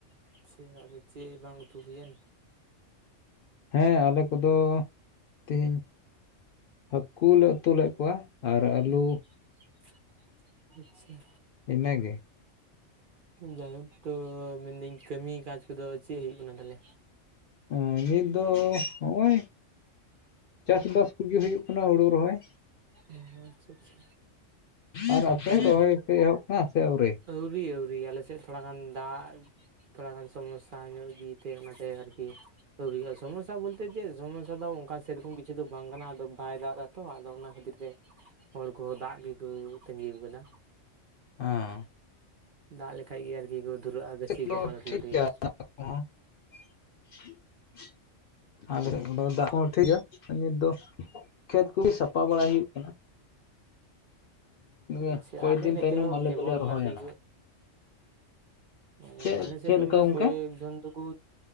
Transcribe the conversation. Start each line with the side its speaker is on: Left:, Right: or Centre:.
Right: ᱟᱪᱪᱷᱟ ᱟᱫᱚ ᱪᱮᱫ ᱵᱟᱝ ᱩᱛᱩ ᱦᱩᱭᱮᱱ?
Left: ᱦᱮᱸ ᱟᱞᱮ ᱠᱚᱫᱚ ᱛᱤᱦᱤᱧ ᱦᱟᱹᱠᱩ ᱞᱮ ᱩᱛᱩ ᱞᱮᱫ ᱠᱚᱣᱟ ᱟᱨ ᱟᱹᱞᱩ
Right: <inaudible> ᱟᱪᱪᱷᱟ
Left: ᱤᱱᱟᱹ ᱜᱮ
Right: ᱡᱟᱭᱦᱳᱠ ᱛᱚ ᱢᱮᱱᱫᱟᱹᱧ ᱠᱟᱹᱢᱤ ᱠᱟᱡᱽ ᱠᱚᱫᱚ ᱪᱮᱫ ᱦᱩᱭᱩᱜ ᱠᱟᱱᱟ ᱛᱟᱞᱮ?
Left: ᱩᱸ ᱱᱤᱛ ᱫᱚ ᱦᱚᱜᱚᱭ ᱪᱟᱥᱵᱟᱥ ᱠᱚᱜᱮ ᱦᱩᱭᱩᱜ ᱠᱟᱱᱟ ᱦᱩᱲᱩ ᱨᱚᱦᱚᱭ
Right: ᱚ ᱟᱪᱪᱷᱟ ᱟᱪᱪᱷᱟ
Left: ᱟᱨ ᱟᱯᱮ
Right: ᱛᱟᱦᱚᱞᱮ
Left: ᱨᱚᱦᱚᱭ ᱯᱮ ᱮᱦᱚᱵ ᱫᱟ ᱥᱮ ᱟᱹᱣᱨᱤ?
Right: ᱟᱹᱣᱨᱤ ᱟᱹᱣᱨᱤ ᱟᱞᱮᱥᱮᱫ ᱛᱷᱚᱲᱟ ᱜᱟᱱ ᱫᱟᱜ ᱛᱷᱚᱲᱟ ᱜᱟᱱ ᱥᱚᱢᱚᱥᱟ ᱧᱚᱜ ᱜᱮᱛᱮ ᱚᱱᱟᱛᱮ ᱟᱨᱠᱤ ᱟᱹᱣᱨᱤ ᱥᱚᱢᱚᱥᱟ ᱵᱚᱞᱛᱮ ᱪᱮᱫ ᱥᱚᱢᱚᱥᱟ ᱫᱚ ᱚᱱᱠᱟ ᱥᱮᱨᱚᱠᱚᱢ ᱠᱤᱪᱷᱩ ᱫᱚ ᱵᱟᱝ ᱠᱟᱱᱟ ᱟᱫᱚ ᱵᱟᱭ ᱫᱟᱜ ᱮᱫᱟ ᱛᱚ ᱟᱫᱚ ᱚᱱᱟ ᱠᱷᱟᱹᱛᱤᱨ ᱛᱮ ᱦᱚᱲ ᱠᱚ ᱫᱟᱜ ᱜᱮᱠᱚ ᱛᱟᱺᱜᱤ ᱟᱠᱟᱫᱟ
Left: ᱦᱚᱸ
Right: ᱫᱟᱜ ᱞᱮᱠᱷᱟᱡ ᱜᱮ ᱟᱨᱠᱤ ᱠᱚ ᱫᱷᱩᱨᱟᱹᱜᱼᱟ ᱜᱟᱹᱪᱷᱤ
Left: ᱫᱚ
Right: ᱠᱚᱦᱚᱸ ᱞᱟᱹᱴᱩ
Left: ᱴᱷᱤᱠ
Right: ᱞᱟᱹᱴᱩᱭᱮᱱᱟ
Left: <inaudible> ᱟᱞᱮ ᱚᱱᱟ ᱫᱟᱜ ᱦᱚᱸ ᱴᱷᱤᱠ ᱜᱮᱭᱟ ᱱᱤᱛ ᱫᱚ ᱠᱷᱮᱛ ᱠᱚ ᱥᱟᱯᱟ ᱵᱟᱲᱟᱭ ᱦᱩᱭᱩᱜ ᱠᱟᱱᱟ ᱤᱭᱟᱹ
Right: ᱟᱪᱪᱷᱟ
Left: ᱠᱚᱭᱮᱠ
Right: ᱟᱞᱮ
Left: ᱫᱤᱱ
Right: ᱱᱚᱛᱮ
Left: ᱛᱟᱭᱱᱚᱢ
Right: ᱦᱚᱸ
Left: ᱟᱞᱮ
Right: ᱠᱮᱵᱚᱞ
Left: ᱫᱚᱞᱮ ᱨᱚᱦᱚᱭᱟ
Right: ᱟᱨᱠᱤ
Left: ᱱᱟᱼᱦᱟᱸᱜ
Right: ᱚ
Left: ᱪᱮᱫ
Right: ᱟᱞᱮ ᱥᱮᱫ
Left: ᱪᱮᱫ
Right: ᱫᱚ
Left: ᱞᱮᱠᱟ
Right: ᱢᱟᱱᱮ
Left: ᱜᱚᱝᱠᱮ?
Right: ᱠᱚᱭᱮᱠ ᱡᱚᱱ ᱫᱚ ᱠᱚ